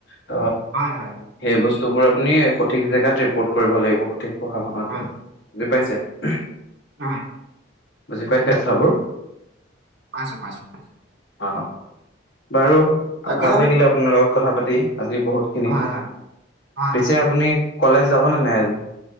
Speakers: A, on the left (about 55°); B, on the right (about 55°).
A: ত
B: হয় হয়
A: সেই বস্তু। বস্তুবোৰ আপুনি সঠিক জেগাত ৰিপৰ্ট কৰিব লাগিব সঠিক। পঢ়া শুনাত
B: হয়
A: বুজি পাইছে। <unintelligible>
B: হয়।
A: বুজি পাইছে কথা বোৰ
B: পাইছোঁ - পাইছোঁ - পাইছোঁ
A: অ অ। বাৰু
B: তাকে
A: ভাল লাগিলে আপোনাৰ লগত কথা পাত <inaudible> আজি বহুতখিনি
B: হয় হয় হয়
A: পিছে
B: হয়
A: আপুনি। কলেজ যাবনেে নাই আজি।